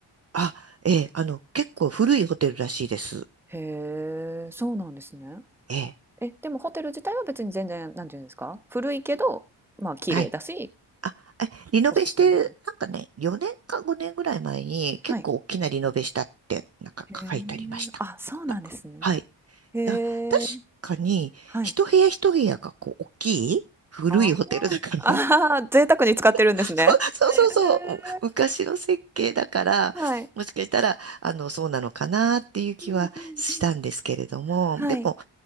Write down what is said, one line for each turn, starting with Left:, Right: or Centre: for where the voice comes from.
Right: あ、ええ、あの、結構古いホテルらしいです。
Centre: へえ、そうなんですね。
Right: ええ、
Centre: え、でもホテル自体は別に全然、なんていうんですか、古いけど、まあ、綺麗だし、
Right: はい。あ、え、リノベして、
Centre: おすすめとかに
Right: なんかね、4年か5年ぐらい前に結構大きなリノベしたって、
Centre: はい。
Right: なんか書いてありました。
Centre: へえ。あ、そうなんですね。
Right: なんか、はい。
Centre: へえ。
Right: だ、確かに、
Centre: はい。
Right: 一部屋一部屋がこう、大きい古いホテルだから
Centre: ああ。<laughs> ああ、贅沢に使ってるんですね。
Right: そう <laughs> そうそうそう、
Centre: へ
Right: 昔の設計だから、
Centre: え、はい。
Right: もしかしたら、あの、そうなのかなっていう気はしたんですけれども、
Centre: うんうんうん。はい。
Right: でも